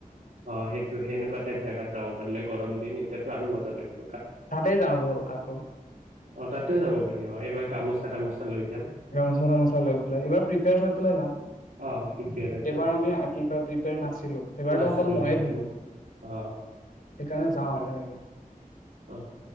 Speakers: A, on the right (about 80°); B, on the left (about 70°).
A: অ, সেইটো সেনেকুৱা টাইপ জেগাত যাব পাৰিলে গৰম দিন এতিয়াতো আৰু মজা লাগে
B: তাতেই যাওঁ ব'ল আকৌ।
A: অ, তাত তেও যাব পাৰি অ, এইবাৰ গামোচা তামোচা লৈ। যাম
B: গামোচা তামোচা লৈ পেলাই এইবাৰ প্ৰিপেয়াৰ হৈ পেলাই যাম
A: অ প্ৰিপেয়াৰ হৈ যাম
B: এইবাৰ আমি <unintelligible> প্ৰিপেয়াৰ নাছিলো এইবাৰতো
A: নাছিলো
B: অকল ময়ে
A: সেইকাৰণে
B: ধুলো
A: অ
B: সেইকাৰণে যাওঁ
A: এইবাৰ
B: তেনেকে।
A: অ